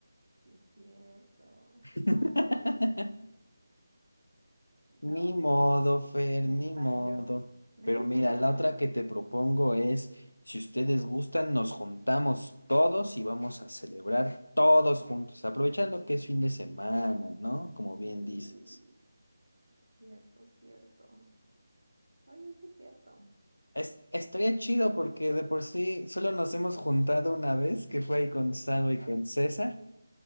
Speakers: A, on the right (about 70°); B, on the left (about 70°).
A: Sí es cierto.
B: <laughs>
A: No, hombre. No,
B: Ni modo, Fer,
A: me
B: ni
A: falló.
B: modo.
A: <laughs>
B: Pero mira, la otra que te propongo es, si ustedes gustan, nos juntamos todos y vamos a celebrar todos juntos, aprovechando que es fin de semana, ¿no? Como bien
A: Uh,
B: dices.
A: cierto, cierto. Oye, sí es cierto.
B: Es, estaría chido porque de por sí solo nos hemos juntado una vez, que fue ahí con Salvo y con César.